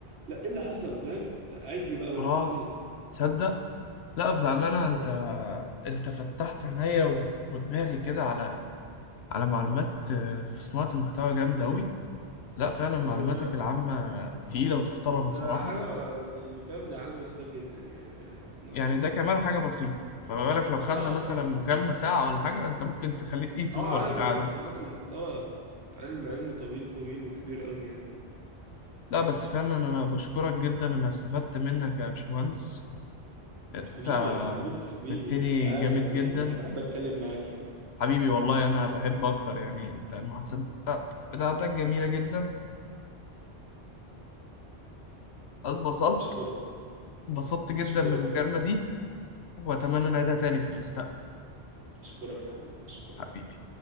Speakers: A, on the right (about 80°); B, on the left (about 75°).
A: لا ايه اللي حصل فاهم عيد لي بقى وريني
B: أه
A: تاني
B: تصدق لأ بأمانة أنت
A: ده
B: أنت فتحت عينيا و- ودماغي كده على على معلومات آه، في صناعة المحتوى جامدة أوي لا فعلا معلوماتك
A: ده ده
B: العامة تقيلة وتحترم
A: ده
B: بصراحة
A: حاجة دي- فاهم ده حاجة بسيطة جدا يعني في في صناعة
B: يعني
A: المحتوى
B: ده كمان حاجة بسيطة فما بالك لو خدنا
A: اه
B: مثلا
A: في
B: مكالمة ساعة ولا حاجة أنت ممكن تخليك يوتيوبر
A: اه عادي
B: بالقعدة
A: صناعة المحتوى علم علم طويل طويل وكبير قوي يعني
B: لا بس فعلا أنا بشكرك جدا أنا استفدت منك يا باشمهندس أنت
A: حبيبي يا عبود حبيبي
B: فدتني
A: انت عارف
B: جامد
A: احنا
B: جدا
A: يعني انا بحب اتكلم معاك يعني
B: حبيبي والله أنا بحب أكتر يعني أنت المحادثات بتاعت- بتاعتك جميلة جدا أنا اتبسطت
A: اشكرك
B: اتبسطت جدا
A: اشكرك
B: من المكالمة دي وأتمنى نعيدها تاني في المستقبل
A: اشكرك يا حبيبي اشكرك
B: حبيبي